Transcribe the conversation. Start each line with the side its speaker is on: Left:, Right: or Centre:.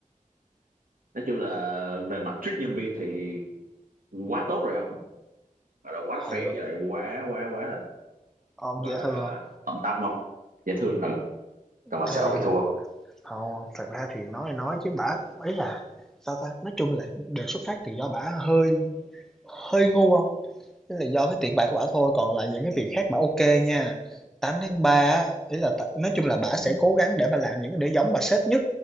Right: nói chung là về mặt treat nhân viên thì quá tốt rồi không gọi là quá fair
Centre: Hay hông?
Right: với lại quá quá quá là
Centre: Ôm
Right: gọi
Centre: dễ
Right: là
Centre: thương hông?
Right: tận tâm không dễ thương ừ còn mà
Centre: Thì
Right: sếp ông bị thua không
Centre: hông, thật ra thì nói thì nói chứ bả ấy là, sao ta, nói chung là đều xuất phát từ do bả hơi hơi ngu không Thế là do cái tiền bạc của bả thôi, còn lại những cái việc khác bả OK nha. tám tháng 3 á, ý là t nói chung là bả
Right: ừ.
Centre: sẽ cố gắng để bả làm những cái để giống bà sếp nhất,